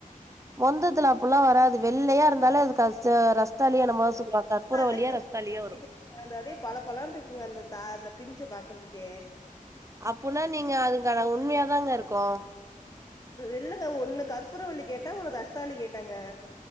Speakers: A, on the right; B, on the left.
A: மொந்தத்துல அப்புல்லா வராது வெள்ளையா இருந்தாலே அதுக்க ரஸ்தாலியோ என்னமோதா சொல்வாங்க கற்பூரவல்லியோ
B: அப்டியே கருப்பு
A: ரஸ்தாலியோ
B: நினைக்கிறாங்க.
A: வரு
B: அந்த அப்டியே பளபளன்ருக்குங்க அந்த தார் அந்த பிஞ்ச பாக்கறதுக்கே
A: அப்புனா நீங்க அதுகான உண்மையாதாங்க இருக்கு
B: இல்லங்க ஒன்னு கற்பூரவல்லி கேட்ட ஒன்னு ரஸ்தாலி கேட்டங்க